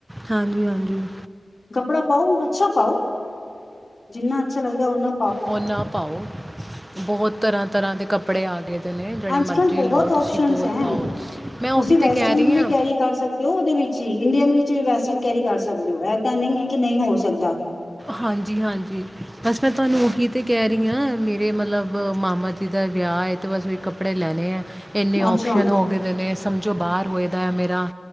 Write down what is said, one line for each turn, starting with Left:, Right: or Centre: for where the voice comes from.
Right: ਹਾਂਜੀ-ਹਾਂਜੀ।
Left: ਕੱਪੜਾ ਪਾਓ ਅੱਛਾ ਪਾਓ, ਜਿੰਨਾ ਅੱਛਾ ਲੱਗਦਾ ਉਨਾ
Right: ਉਹ ਨਾ ਪਾਓ ਬਹੁਤ ਤਰ੍ਹਾਂ- ਤਰ੍ਹਾਂ ਦੇ ਕੱਪੜੇ ਆ ਗਏ। ਦੇ ਨੇ ਜਿਹੜੇ
Left: ਅੱਜ-
Right: ਮਰਜ਼ੀ
Left: ਕੱਲ੍ਹ ਬਹੁਤ
Right: ਲਓ
Left: ਓਪਸ਼ਨਸ
Right: ਤੁਸੀਂ ਬਹੁਤ
Left: ਹੈ,
Right: ਪਾਓ ਮੈਂ ਉਹੀ
Left: ਤੁਸੀਂ ਵੈਸਟਰਨ
Right: ਤੇ ਕਹਿ ਰਹੀ
Left: ਵੀ
Right: ਹਾਂ
Left: ਕੈਰੀ ਕਰ ਸਕਦੇ ਹੋ ਉਹਦੇ ਵਿੱਚ ਹੀ ਇੰਡੀਅਨ ਵਿੱਚ ਵੀ ਵੈਸਟਰਨ ਕੈਰੀ ਕਰ ਸਕਦੇ ਹੋ, ਇੱਦਾਂ ਨਹੀਂ ਹੈ ਕਿ ਨਹੀਂ ਹੋ ਸੱਦਾ
Right: ਹਾਂਜੀ- ਹਾਂਜੀ ਬਸ ਮੈਂ ਤੁਹਾਨੂੰ ਉਹੀ ਤੇ ਕਹਿ ਰਹੀ ਹਾਂ, ਮੇਰੇ ਮਤਲਬ ਮਾਮਾ ਜੀ ਤਾਂ ਵਿਆਹ ਬਸ ਵੀ ਕੱਪੜੇ ਲੈਣੇ ਐ। ਇੰਨੇ ਓਪਸ਼ਨ
Left: ਅੱਛਾ
Right: ਹੋ ਗਏ ਦੇ ਨੇ। ਸਮਝੋ ਬਾਹਰ ਹੋਏ ਦਾ ਆ ਮੇਰਾ